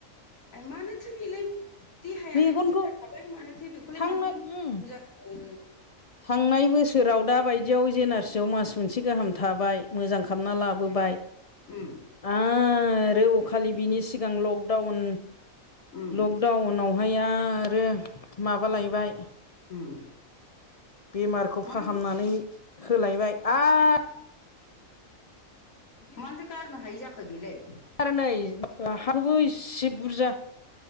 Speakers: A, on the left; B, on the left.
A: मानोथो बिलै देहायानो
B: मेगनखौ
A: बिदि जाखाबाय मानोथो बेखौलाय
B: थांनाय
A: मानोाथो लों
B: उम
A: मजाखो
B: थांनाय बोसोर सोराव दा बायदियाव ज एन आर सियावव मास मोनसे गाहाम थाबाय मोजां खालामना लाबोबाय।
A: उम
B: आरो अखालि बिनि सिगां लकडाउन
A: उम
B: लकडाउनाव ओमफ्राय आरो माबालायबाय
A: उम
B: बेमारखौ
A: मानोथो
B: फाहामनानै होलायबाय आरो
A: मानोथो गारनो हायि जाखो बेलाय
B: आरो नै हाबो इसे बुरजा